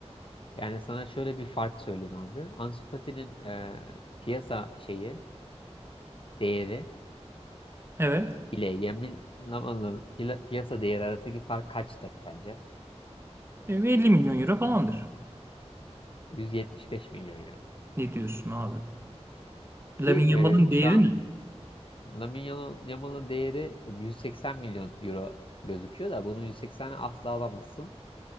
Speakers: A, on the left; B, on the right.
A: Yani sana şöyle bir fark söyleyeyim abi. Ansu Fati'nin e, piyasa şeyi, değeri
B: Evet.
A: ile Yamil Lama'nın pila- piyasa değeri arasındaki fark kaçtır sence?
B: E, 50 milyon euro falandır.
A: 175 milyon euro.
B: Ne diyorsun abi? Lamine
A: Ki
B: Yamal'ın
A: e,
B: değeri
A: şu an
B: ne?
A: Lamine Yamal'ın değeri 180 milyon euro gözüküyor da bunun 180'i asla alamazsın.